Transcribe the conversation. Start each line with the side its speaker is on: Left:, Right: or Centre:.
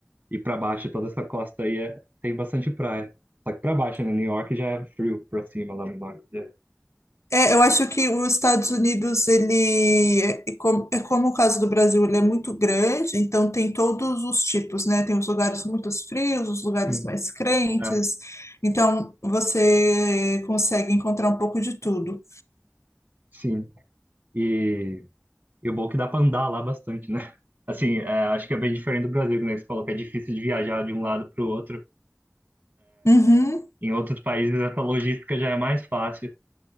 Right: e pra baixo, toda essa costa aí é- tem bastante praia. Só que pra baixo, né, New York já é frio pra cima, lá no norte. é.
Left: É, eu acho que os Estados Unidos, ele é como, é como o caso do Brasil, ele é muito grande, então tem todos os tipos, né? Tem os lugares muito frios, os lugares
Right: Sim,
Left: mais crentes,
Right: é,
Left: então você consegue encontrar um pouco de tudo.
Right: sim. E, e o bom é que dá pra andar lá bastante, né? <laughs> Assim, é, acho que é bem diferente do Brasil, né? Você falou que é difícil de viajar de um lado pro outro.
Left: Uhum,
Right: Em outros países, essa logística já é mais fácil.